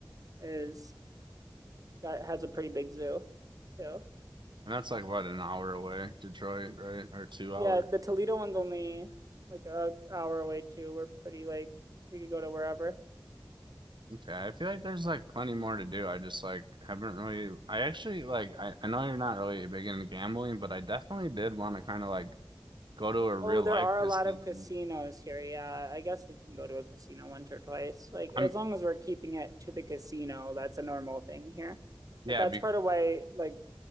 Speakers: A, on the right; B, on the right.
A: is got has a pretty big zoo too.
B: And that's like what an hour away, Detroit, right? Or two
A: Yeah,
B: hour.
A: the Toledo one's only like a hour away too. We're pretty like we could go to wherever.
B: Okay, I feel like there's like plenty more to do. I just like haven't really I actually like I, I know you're not really big into gambling, but I definitely did want to kind of like go to a real
A: Oh, there
B: life
A: are a
B: casino.
A: lot of casinos here. Yeah, I guess we can go to a casino once or twice. Like, as
B: I'm
A: long as we're keeping it to the casino, that's a normal thing here.
B: yeah,
A: But that's
B: be,
A: part of why, like,